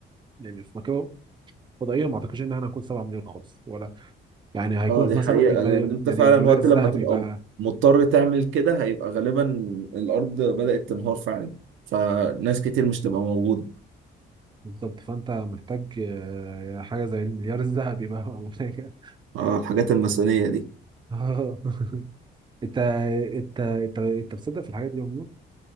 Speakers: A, on the right (about 25°); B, on the right (about 80°).
A: يعني في مكان فضائيه ما اعتقدش ان احنا هنكون 7 مليون خالص ولا يعني هيكون
B: اه دي
A: مثلا
B: حقيقة
A: الم...
B: لأن أنت
A: يعني
B: فعلا
A: المليار
B: وقت
A: الذهبي
B: لما تبقى
A: بقى
B: مضطر تعمل كده هيبقى غالبا الأرض بدأت تنهار فعلا فناس كتير مش تبقى موجودة
A: بالظبط فانت محتاج آه، حاجه زي المليار الذهبي بقى ولا حاجه
B: اه الحاجات الماسونية دي
A: اه <laughs> انت انت انت انت بتصدق في الحاجات دي عموما